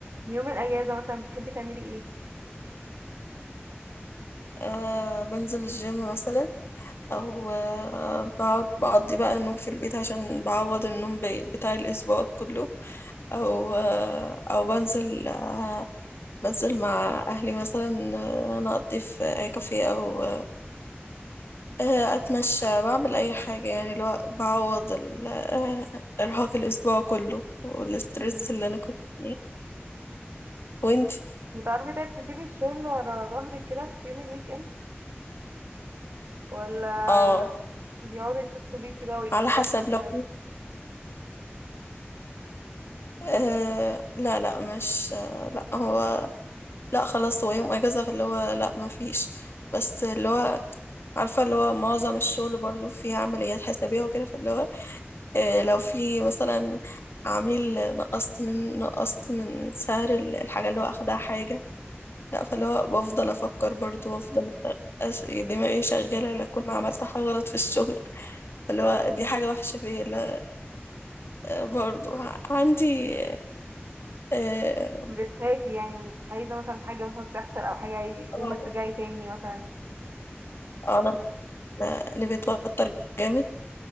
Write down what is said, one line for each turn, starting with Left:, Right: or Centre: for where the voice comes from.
Right: يوم الاجازة مثلا بتحبي تعملي ايه؟
Left: أه بنزل الجيم مثلا او أه بقعد بقضي بقى النوم في البيت عشان بعوض النوم ب- بتاع الاسبوع كله او أه او بنزل أه بنزل مع اهلي مثلا آه، نقضي في اي كافيه او آه، أتمشى بعمل أي حاجة يعني اللي هو بعوض ال- آه، إرهاق الأسبوع كله والسترس
Right: مم.
Left: اللي أنا كنت فيه وانتي
Right: وتعرفي طيب تسيبي الشغل ورا ظهرك كده في يوم الويك اند ولا
Left: اه
Right: بيقعدوا يتصلوا بيكي بقى ويتفوكي
Left: على حسب
Right: وكده
Left: لو آه لا لا مش آه لا هو لا خلاص هو يوم اجازه فاللي هو لا ما فيش بس اللي هو عارفه اللي هو معظم الشغل برضو فيه عمليات حسابيه وكده فاللي هو آه لو في مثلا عميل نقصت من نقصت من سعر ال- الحاجه اللي هو اخدها حاجه لا فاللي
Right: امم
Left: هو بفضل افكر برضو وافضل أس- دماغي شغاله لا اكون عملت حاجه غلط في الشغل فاللي هو
Right: ايوه
Left: دي حاجه وحشه فيا لا آه، برضو ع- عندي اه
Right: <laughs> بتخافي يعني مش عايزة مثلا حاجة مثلا تحصل أو حاجة
Left: آه،
Right: يوم ما ترجعي تاني مثلا
Left: آه، انا من اللي بيتوتر جامد